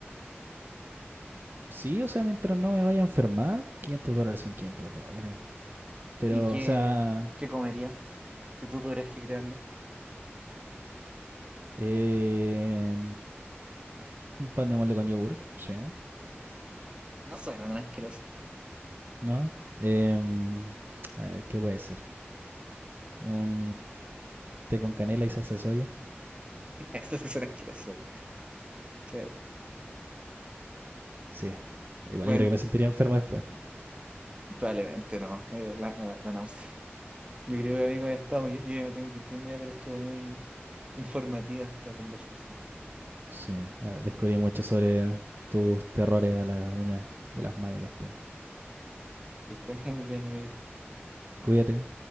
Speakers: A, on the right; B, on the right.
A: Sí, o sea, mientras no me vaya a enfermar, 500 dólares son 500 dólares. Pero,
B: ¿Y qué,
A: o sea,
B: qué comerías si tú tuvieras que crearlo?
A: Eh, un pan de molde con yogur, sí.
B: No suena tan asqueroso.
A: ¿No? Eh, a ver, ¿qué puede ser? Un té con canela y salsa de soya.
B: <laughs> Eso sí suena asqueroso. Sí,
A: Sí. Igual
B: Bueno,
A: yo creo que me sentiría enfermo después.
B: probablemente no. eh, la, la náusea. Yo creo que, amigo, ya estamos. Yo, yo ya me tengo que ir yendo ya, pero estuvo muy, informativa esta conversación.
A: Sí. Ah, Descubrí mucho sobre tus terrores a la uña de las manos y los pies.
B: Que estén muy bien, amigo.
A: Cuídate,